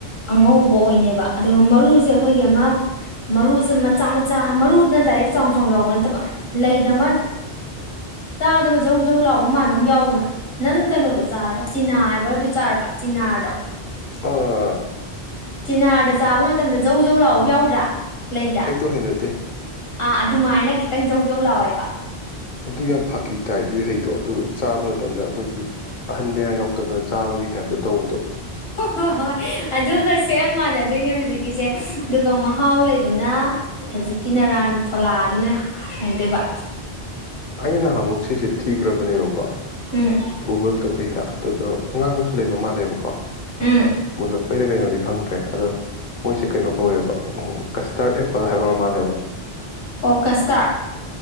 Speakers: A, on the left; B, on the left.
A: ꯑꯉꯧꯕ ꯑꯣꯏꯅꯅꯦꯕ ꯑꯗꯨꯒ ꯃꯔꯨꯁꯦ ꯑꯩꯈꯣꯏꯒꯤ ꯑꯃ ꯃꯔꯨꯁꯦ ꯃꯆꯥ ꯃꯆꯥ ꯃꯔꯨꯗꯨꯅ ꯗꯥꯏꯔꯦꯛ ꯆꯥꯎ ꯆꯥꯎ ꯌꯥꯎꯕ ꯅꯠꯇꯕ ꯂꯩꯗ ꯑꯃ ꯆꯥꯕꯗ ꯑꯃ ꯖꯧꯖꯧ ꯂꯥꯎꯕ ꯃꯥꯟꯕ ꯑꯃ ꯌꯥꯎꯕꯗꯣ ꯅꯪ ꯀꯩꯅꯣꯗꯣ ꯆꯥꯔꯕ ꯆꯤꯅꯥ ꯍꯥꯏꯕ꯭ꯔꯥꯗꯨ ꯆꯥꯔꯕ ꯆꯤꯅꯥꯗꯣ
B: ꯑꯥ
A: ꯆꯤꯅꯥꯔꯗ ꯆꯥꯕ ꯃꯇꯝꯗ ꯖꯧ ꯖꯧ ꯂꯥꯎꯕ ꯌꯥꯎꯗ꯭ꯔꯥ ꯂꯩꯗ
B: ꯑꯩꯗꯣ ꯍꯩꯅꯗꯦ
A: ꯑꯥ ꯑꯗꯨꯃꯥꯏꯅ ꯈꯤꯇꯪ ꯖꯧ ꯖꯧ ꯂꯥꯎꯋꯦꯕ
B: ꯑꯗꯨ ꯌꯥꯝ ꯐꯥꯈꯤ ꯇꯥꯏ ꯑꯗꯨꯒꯤ ꯍꯩꯗꯣ ꯑꯗꯨ ꯆꯥꯕ ꯃꯇꯝꯗ ꯑꯩꯈꯣꯏꯒꯤ ꯑꯍꯟ ꯃꯌꯥ ꯌꯥꯎꯗꯕꯗ ꯆꯥꯕꯒꯤ ꯇꯥꯏꯞꯇ ꯇꯧꯕꯗꯣ
A: ꯍꯣꯏ ꯍꯣꯏ ꯑꯗꯨꯒ ꯁꯦꯝ ꯃꯥꯟꯅꯗꯣꯏꯅꯦ ꯍꯧꯖꯤꯛꯀꯤꯁꯦ ꯑꯗꯨꯒ ꯃꯍꯥꯎ ꯂꯩꯕꯅ ꯍꯧꯖꯤꯛꯀꯤ ꯅꯔꯥꯟ ꯐꯣꯂꯥꯗꯨꯅ ꯍꯦꯟꯗꯣꯏꯕ
B: ꯑꯩꯅ ꯅꯍꯥꯟꯃꯨꯛ ꯁꯤꯁꯤ ꯊꯤꯈ꯭ꯔꯕꯅꯦꯕ
A: ꯎꯝ
B: ꯒꯨꯒꯜꯗ ꯀꯩꯗ ꯑꯗꯨꯗꯣ ꯑꯉꯥꯡꯕꯁꯨ ꯂꯩꯕ ꯃꯥꯜꯂꯦꯕꯀꯣ
A: ꯎꯝ
B: ꯃꯨꯜꯂꯛꯄꯩꯔꯥ ꯀꯩꯅꯣꯗꯤ ꯈꯪꯗ꯭ꯔꯦ ꯑꯗꯣ ꯃꯣꯏꯁꯦ ꯀꯩꯅꯣ ꯀꯧꯋꯦꯕ ꯑꯪ ꯀꯁꯇꯔꯠ ꯑꯦꯄꯜ ꯍꯥꯏꯕꯔ ꯃꯥꯜꯂꯦꯕ
A: ꯑꯣ ꯀꯁꯇꯥꯔꯠ